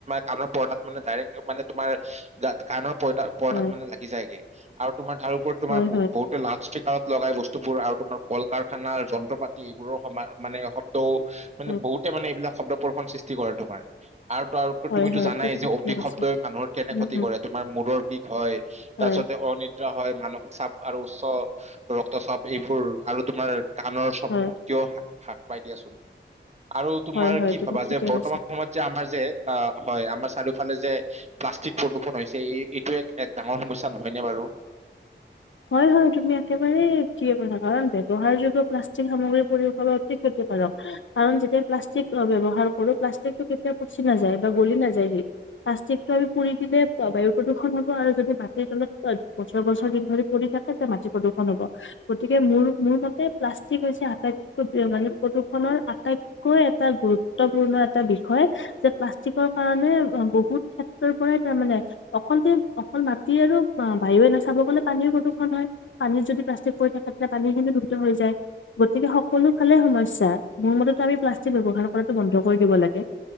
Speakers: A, on the right; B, on the left.
A: কাণৰ পৰ্দাত মানে ডাইৰেক্ট মানে তোমাৰ গাত কাণৰ পৰ্দা পৰ্দাত
B: হয়
A: মানে লাগি যায়গে আৰু তোমাৰ তাৰোওপৰত তোমাৰ
B: হয়
A: ব বহুতে লাভ স্পিকাৰত লগাই বস্তুবোৰ আৰু তোমাৰ কল কাৰখানাৰ যন্ত্ৰ পাতি এইবোৰৰ সমা মানে সত ত' মানে
B: হয়
A: বহুতে মানে এইবিলাক শব্দপ্ৰদুষণ সৃষ্টি কৰে তোমাৰ আৰু ত আৰু
B: হয়
A: তুমিতো
B: হয়
A: জানাই
B: তুমি
A: যে
B: ঠিকে
A: অতিশব্দই
B: কৈছা
A: মানুহৰ কেনে
B: উম
A: ক্ষতি
B: উম
A: কৰে তোমাৰ মূৰৰ বিষ হয়
B: হয়
A: তাৰপিছতে অনিদ্ৰা হয় মানসিক চাপ আৰু উচ্চ ৰক্তচাপ এইবোৰ আৰু তোমাৰ কাণৰ
B: হয়
A: শক্তি অ সাক সাক পাই দিয়াচোন আৰু তোমাৰ
B: হয় হয়
A: কি
B: তুমি
A: ভাবা
B: ঠিকে
A: যে বৰ্তমান
B: কৈছা
A: সময়ত যে আমাৰ যে আ হয় আমাৰ চাৰিওফালে যে প্লাষ্টিক প্ৰদূষণ হৈছে এই এইটো এক এক ডাঙৰ সমস্যা নহয়নে বাৰু।
B: হয় হয় তুমি একেবাৰে ঠিকে কথা কলা কাৰণ ব্যৱহাৰ যোগেও প্লাষ্টিক সামগ্ৰী পৰিৱেশ অতি ক্ষতিকাৰক। কাৰণ যেতিয়া প্লাষ্টিক ব্যৱহাৰ কৰো প্লাষ্টিকটো কেতিয়া পচি নাযায় বা গলি নাযায় হি প্লাষ্টিকটো আমি পুৰি দিলে বায়ু প্ৰদূষণ হ'ব আৰু যদি মাটিৰ তলত বছৰ বছৰ দিন ধৰি কৰি থাকে ত মাটি প্ৰদূষণ হব। গতিকে মোৰ মোৰ মতে প্লাষ্টিক হৈছে আটাইতকৈ মানে প্ৰদূষণৰ আটাইত কৈ এটা গুৰুত্বপূৰ্ণ এটা বিষয়। যে প্লাষ্টিকৰ কাৰণে বহুত ক্ষেত্ৰৰ পৰাই তাৰমানে অকল কি অকল মাটি আৰু বায়ুয়ে নাচাব গলে পানীৰ প্ৰ দুষণ হয় পানীত যদি প্লাষ্টিক পৰি থাকে তেতিয়া পানী খিনি দূষিত হৈ যায়। গতিকে সকলো ফালে সমস্যা মোৰ মতেটো আমি প্লাষ্টিক ব্যৱহাৰ কৰাটো বন্ধ কৰি দিব লাগে।